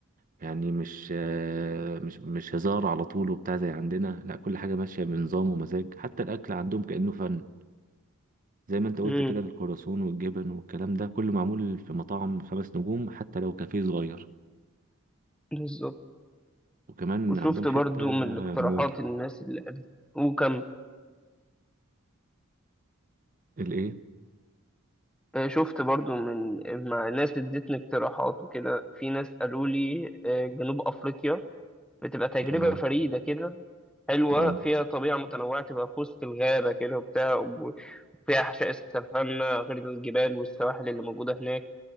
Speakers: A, on the right; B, in the centre.
A: يعني مش آه، مش مش هزار على طول وبتاع زي عندنا لا كل حاجة ماشية بنظام ومزاج حتى الأكل عندهم كأنه فن زي ما انت قلت
B: امم
A: كده الكرواسون والجبن والكلام ده كله معمول في مطاعم خمس نجوم حتى لو كافيه صغير
B: بالظبط
A: وكمان
B: وشفت
A: عندهم
B: برضو
A: حتة
B: من الاقتراحات
A: موضة
B: الناس اللي قالت وكمل
A: الايه
B: آه، شفت برضو من مع ناس ادتني اقتراحات وكده في ناس قالوا لي آه، جنوب افريقيا بتبقى تجربه
A: اه
B: فريده كده حلوه
A: اه
B: فيها طبيعه متنوعه تبقى في وسط الغابه كده وبتاع وفيها حشائش السافانا غير الجبال والسواحل اللي موجوده هناك